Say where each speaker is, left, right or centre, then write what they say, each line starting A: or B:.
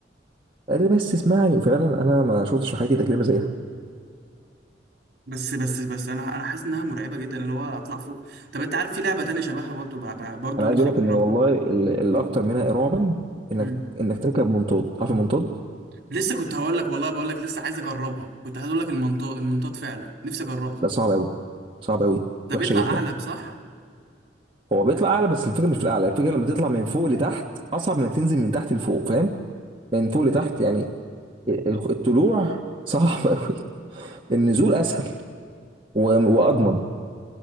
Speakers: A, on the right; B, on the right.
A: قال لي بس اسمعني وفعلا انا ما شفتش في حياتي تجربه زيها
B: بس بس بس انا انا حاسس انها مرعبه جدا اللي هو اطلع فوق طب انت عارف في لعبه تانية شبهها برضو بقى بقى- برضو
A: انا عايز
B: نفسي
A: اقول
B: اجربها
A: لك ان والله ال- الاكتر منها رعبا انك
B: مم.
A: انك تركب منطاد عارف المنطاد
B: لسه كنت هقول لك والله بقول لك لسه عايز اجربها كنت هقول لك المنطاد المنطاد فعلا نفسي اجربها
A: لا صعب قوي صعب قوي
B: ده
A: وحشه
B: بيطلع
A: جدا
B: اعلى صح
A: هو بيطلع اعلى بس الفكره مش في الاعلى الفكره لما تطلع من فوق لتحت اصعب من انك تنزل من تحت لفوق فاهم من فوق لتحت يعني ال- الطلوع صعب <laughs> قوي النزول اسهل و- واضمن